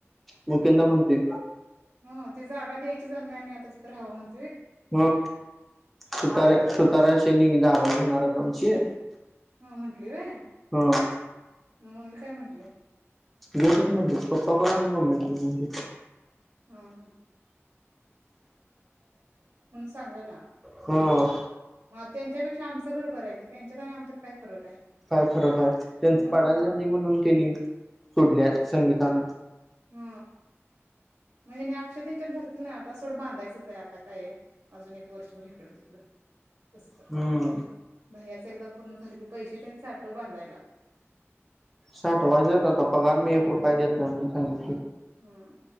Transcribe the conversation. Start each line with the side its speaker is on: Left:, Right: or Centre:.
Centre: मुकेंदा म्हणते
Right: ह ती जागा द्यायची झाल्या आणि आता तिथ राहावं म्हण
Centre: ह सुतारा सुतारा शनी जा. आमची.
Right: ह म्हंटली वय?
Centre: हम
Right: मग मम्मी काय म्हंटली?
Centre: गशच म्हणते पप्पा पण आणि मम्मी पण.
Right: हा हा सांगयला?
Centre: हम.
Right: त्यांच्यापेक्षा आमचं घर बरं आहे की त्यांच्यात आणि आमच्यात काय फरक आहे
Centre: काय फरक काय त्यांच
Right: मग
Centre: पाडाल झाली म्हणून त्यांनी सोडल्यात संगीतानं
Right: हम म्हणजे नाही अक्षय यांच्यात धरतील ना आता सोडं बांधायचंच आहे आता काय अजून एक वर्षभर इकडं तिकडं कस तर
Centre: हम्म
Right: भैय्या एक पूर्ण झाले की पैसे त्यांनी साठव बांधायला
Centre: साटवायचे आता पगार मी एक रुपय देत नाही सासांगणार
Right: हम